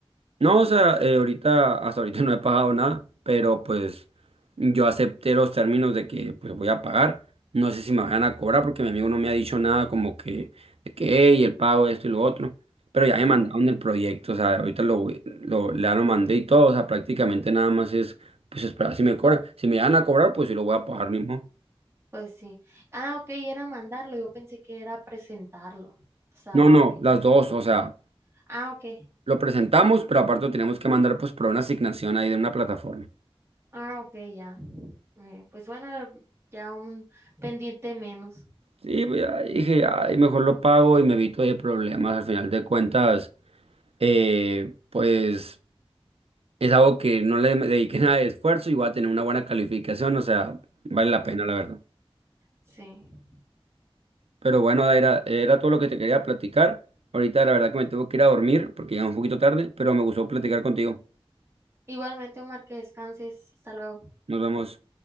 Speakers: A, on the right; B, on the right.
A: No, o sea, eh, ahorita, hasta ahorita <laughs> no he pagado nada, pero pues yo acepté los términos de que pues voy a pagar. No sé si me van a cobrar porque mi amigo no me ha dicho nada como que, de que, hey, el pago, esto y lo otro. Pero ya
B: Ajá,
A: me mandaron el proyecto, o sea, ahorita lo, voy- lo, ya lo mandé y todo, o sea, prácticamente nada más es pues esperar si me cobran. Si me van a cobrar, pues sí lo voy a pagar mismo.
B: pues sí. Ah, ok, era mandarlo. Yo pensé que era presentarlo. O sea,
A: No, no,
B: de que presentarlo
A: las dos,
B: en
A: o
B: clase.
A: sea,
B: Ah, ok.
A: lo presentamos, pero aparte lo tenemos que mandar pues por una asignación ahí de una plataforma.
B: Ah, ok, ya. Eh, pues bueno, ya un pendiente menos.
A: Sí, pues, ya dije, ay, mejor lo pago y me evito de problemas. Al final de cuentas, eh, pues es algo que no le dediqué nada de esfuerzo y voy a tener una buena calificación. O sea, vale la
B: Eh,
A: pena, la verdad.
B: sí.
A: Pero bueno, era, era todo lo que te quería platicar. Ahorita, la verdad, que me tengo que ir a dormir porque ya es un poquito tarde, pero me gustó platicar contigo.
B: Igualmente, Omar, que descanses. Hasta luego.
A: Nos vemos.